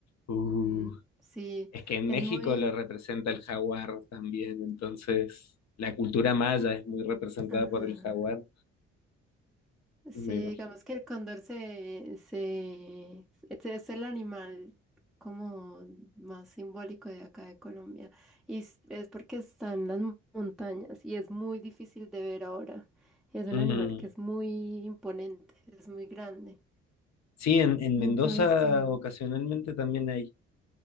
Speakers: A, on the left; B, in the centre.
A: uh.
B: Mm, sí,
A: Es que en
B: es
A: México
B: muy...
A: lo representa el jaguar también, entonces la cultura maya es muy representada
B: Ajá.
A: por el jaguar,
B: Sí,
A: me imagino.
B: digamos que el cóndor se, se, este es el animal como más simbólico de acá de Colombia. Y es, es porque está en las mon- montañas y es muy difícil de ver ahora. Y es un
A: Mm.
B: animal que es muy imponente, es muy grande.
A: Sí, en, en
B: Nunca
A: Mendoza
B: he visto uno.
A: ocasionalmente también hay